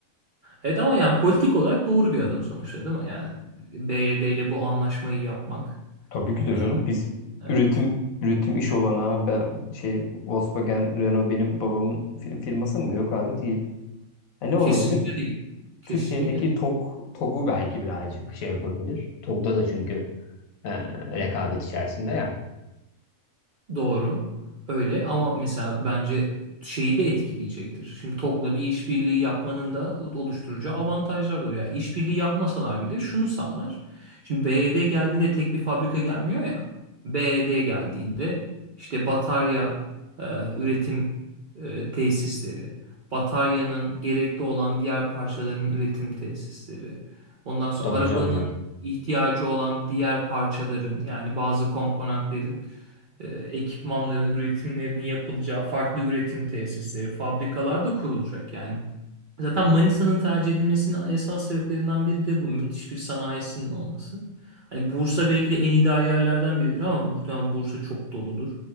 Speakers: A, on the right (about 60°); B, on the left (about 75°).
A: Evet ama yani politik olarak doğru bir adım sonuçta değil mi? Yani BYD ile bu anlaşmayı yapmak.
B: Tabii ki de
A: e,
B: canım. Biz
A: Evet.
B: üretim üretim iş olanağı ben şey Volkswagen, Renault benim babamın fir- firması mı? Yok abi değil. Ha, ne olabilir?
A: Kesinlikle değil. Kesinlikle
B: Türkiye'deki
A: değil.
B: TOG, TOG'u belki birazcık şey yapabilir. TOG'da da çünkü e, rekabet içerisinde ya.
A: Doğru. Öyle ama mesela bence şeyi de etkileyecektir. Şimdi Tokla bir işbirliği yapmanın da oluşturacağı avantajlar olur. Yani işbirliği yapmasalar bile şunu sağlar. Şimdi B. Y D. geldiğinde tek bir fabrika gelmiyor ya. B. Y D. geldiğinde işte batarya e, üretim e, tesisleri, bataryanın gerekli olan diğer parçaların üretim tesisleri, ondan sonra
B: Tabii
A: arabanın
B: canım evet.
A: ihtiyacı olan diğer parçaların yani bazı komponentlerin e, ekipmanların üretimlerinin yapılacağı farklı üretim tesisleri, fabrikalar da kurulacak yani. Zaten Manisa'nın tercih edilmesinin esas sebeplerinden biri de bu. Müthiş bir sanayisinin olması. Hani Bursa belki de en ideal yerlerden biridir ama muhtemelen Bursa çok doludur.